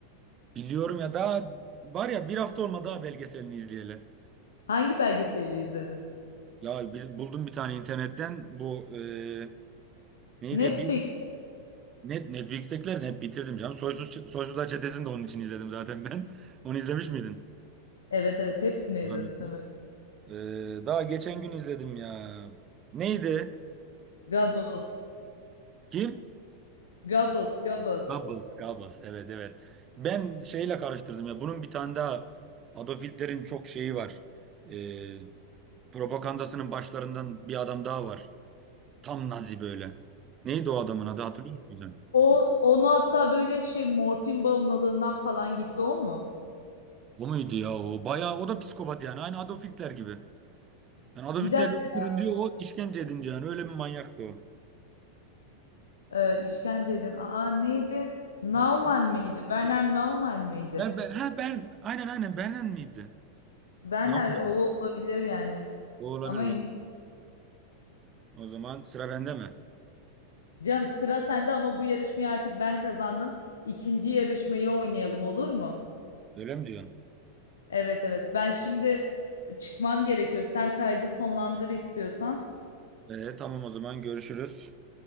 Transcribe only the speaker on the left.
Hangi belgeseli izledin?
Netflix.
Evet evet hepsini izledim
Samet.
Goebbels.
Goebbels, Goebbels.
O onu hatta böyle şey morfin bağımlılığından falan gitti o mu?
Bir
dakika.
e, işkence edin. Aa neydi? Naumann
mıydı? Werner Naumann mıydı?
Werner
o olabilir yani.
Ama emin.
Canım sıra sende ama bu yarışmayı artık ben kazandım. İkinci yarışmayı oynayalım olur mu?
Evet evet. Ben şimdi çıkmam gerekiyor. Sen kaydı sonlandır istiyorsan.